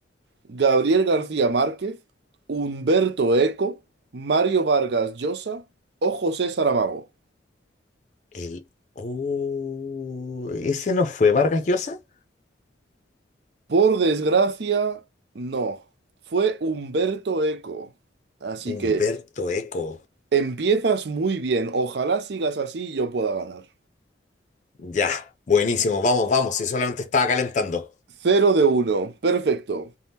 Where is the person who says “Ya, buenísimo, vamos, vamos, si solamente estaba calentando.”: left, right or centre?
Left